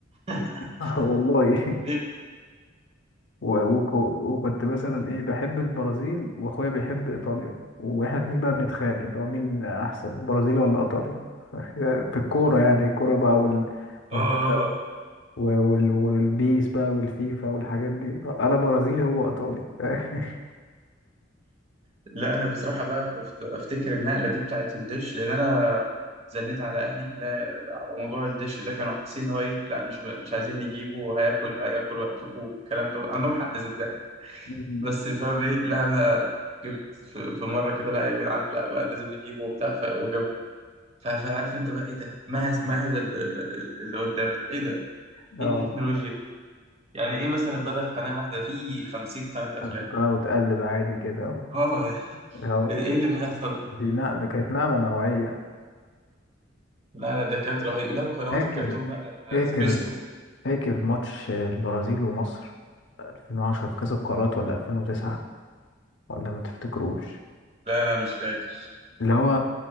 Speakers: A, on the right; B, on the left.
A: <laughs>
B: <laughs> والله
A: ليه كده؟
B: و- وك- وكنت مثلا ايه بحب البرازيل واخويا بيحب ايطاليا واحنا اتنين بقى بنتخانق اللي هو مين احسن البرازيل ولا ايطاليا <laughs> في الكورة يعني الكورة بقى والمنتخب
A: اه آه.
B: و- وال- والبيس بقى والفيفا والحاجات دي انا برازيلي هو ايطالي <laughs>
A: لا انا بصراحه بقى بفت- افتكر النقله دي بتاعت الدش لان انا زنيت على اهلي لا على موضوع الدش ده كانوا حاسين ان هو ايه لا مش مش عايزين نجيبه وهياكل هياكل وقتكم والكلام ده عندهم حق صدق
B: مم.
A: بس فاهم ايه لا انا جبت في في مره كده لا يا جدعان لا بقى لازم نجيبه وبتاع ف- وجابوه ف- فعارف انت بقى ايه ده مهز مهز ال- ال- ال- اللي قدامي ده. ايه ده
B: اه
A: ايه التكنولوجيا يعني ايه مثلا بدل قناه واحده في 50 قناه افلام
B: سكر وتقلب عادي كده اهو
A: اه
B: اه
A: ايه اللي بيحصل
B: دي نقلة كانت نقلة نوعية
A: لا لا ده كانت رهيب لا وقنوات
B: فاكر
A: الكرتون بقى
B: فاكر
A: لا، سبيستو
B: فاكر ماتش البرازيل ومصر 2010 في كأس القارات ولا 2009 ولا ما تفتكروش
A: لا لا مش فاكر
B: اللي هو